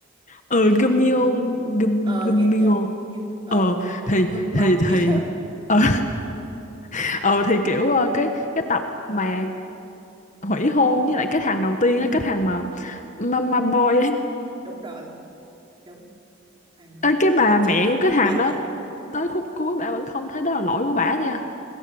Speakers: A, on the left; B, on the right.
A: ừ
B: cái gì
A: Gummion
B: vậy?
A: Gum
B: ờ
A: Gummion
B: ghim Nhông Kim- ờ
A: ờ
B: ghim Mông
A: thì
B: ghim
A: thì
B: Mông gì
A: thì
B: đó
A: ờ <laughs> ờ thì kiểu ờ, cái cái tập mà hủy hôn với lại cái thằng đầu tiên
B: ừ
A: á cái thằng mà mama boy á
B: đúng rồi đúng thằng
A: Ê, cái bà
B: con
A: mẹ
B: trai cưng
A: của cái
B: của
A: thằng
B: mẹ
A: đó tới khúc cuối bả vẫn không thấy đó là lỗi của bả nha